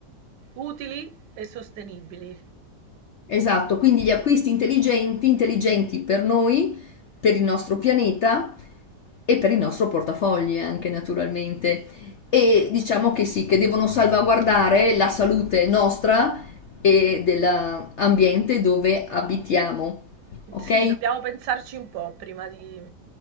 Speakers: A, on the right; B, on the left.
A: utili e sostenibili.
B: Esatto, quindi gli acquisti intelligenti, intelligenti per noi, per il nostro pianeta e per il nostro portafogli anche naturalmente. E diciamo che sì, che devono salvaguardare la salute nostra e dell'ambiente dove abitiamo. Ok?
A: Sì, dobbiamo pensarci un po' prima di